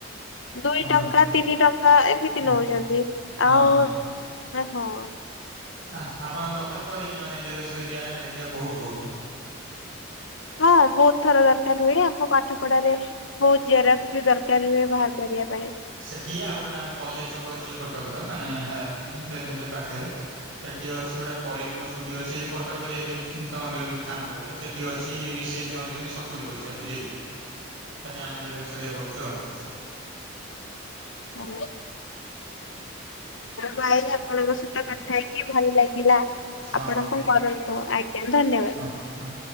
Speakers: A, on the left; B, on the right.
A: ଦୁଇ
B: ହଁ
A: ଟଙ୍କା ତିନି ଟଙ୍କା ଏମିତି
B: ହୁଁ
A: ନଉଛନ୍ତି,
B: ହଁ
A: ଆଉ ନା ହଁ।
B: ଆଃ, ଆପଣ ଦରକାର ପଡ଼େକି ମାନେ ଏ ଜେରକ୍ସ ହରିକା ଏଇ ଯା ବହୁତୁ ବହୁତୁ।
A: ହଁ ବହୁତ ଥର ଦରକାର ହୁଏ, ଆମ ପାଠ ପଢାରେ ବହୁତ ଜେରକ୍ସ ବି ଦରକାର ହୁଏ ବାହାର କରିବା ପାଇଁ।
B: ସେଠି ଆଉ ଗୋଟା ଆମ କଲେଜ୍ ଛକ ଅଛି ଯୋଉ କଟକର ମାନେ ହେଲା <unintelligible> ପାଖରେ। ସେଠି ଅଛି ଗୋଟେ କଳିଙ୍ଗ ଷ୍ଟୁଡିଓ ଅଛି ଯଦି କଟକରେ ଯଦି ଉଁ, ତୋମର କେବେ କାମ ପଡେ ସେ ଠି ଅଛି ସିଏ ନେଉଚନ୍ତି ସତୁରି ପଇସା ବୁଝିଲେ, ସେଠି ଆମେ ଜେରକ୍ସ ହରିକା କରୁଛୁ ଆଉ।
A: <inaudible> ହଉ ଭାଇ ଆପଣଙ୍କ ସହିତ କଥା ହେଇକି ଭଲ ଲାଗ ଗିଲା,
B: ହଁ
A: ଆପଣ
B: ହଁ।
A: କଣ କରନ୍ତୁ, ଆଜ୍ଞା ଧନ୍ୟବାଦ।
B: ହଁ ହଁ।